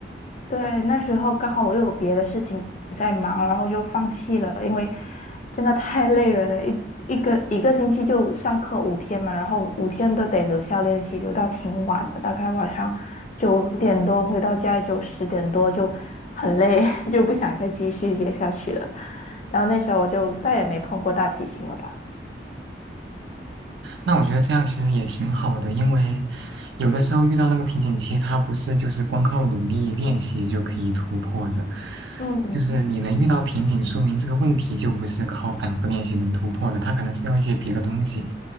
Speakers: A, on the left; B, on the right.
A: 对，那时候刚好我又有别的事情在忙，然后就放弃了，因为真的太累人了，一一个一个星期就上课五天嘛，然后五天都得留校练习，留到挺晚的，大概晚上九点多回到家也就十点多，就很累，<laughs> 就不想再继续接下去了。然后那时候我就再也没碰过大提琴了吧。
B: 那我觉得这样其实也挺好的，因为有的时候遇到那个瓶颈期，它不是就是光靠努力练习就可以突破的，
A: 嗯，
B: 就是你能遇到瓶颈，说明这个问题就不是靠反复练习能突破的，它可能是要一些别的东西。